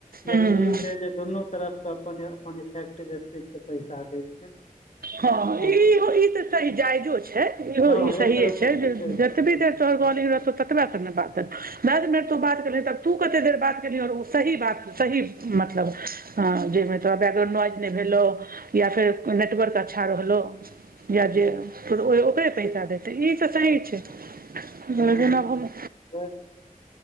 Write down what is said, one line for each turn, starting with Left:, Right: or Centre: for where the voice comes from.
Left: लेकिन
Right: हूँ
Left: ई छै जे दुनू तरफके अपन अपन इफेक्टिव स्पीचके पैसा दै छै।
Right: हँ
Left: आब
Right: इहो ई तऽ सही जायजो छै इहो
Left: हँ
Right: ई सहिेयेछै
Left: एक तरह से ठीके छै
Right: जतबी
Left: हूँ
Right: देर तोहर काॅलिंग रहतऊ ततबे तक ने बात हेतुऊ दस मिनट तु बात केलही त आब तू कते देर बात केलही और ऊ सही बात सही मतलब जयमे तोरा बैकग्राउंड नॉइज नै भेलौ या फेर नेटवर्क अच्छा रहलो या जे ओकरे पैसा देतै ई तऽ सही छै
Left: हह
Right: लेकिन आब हम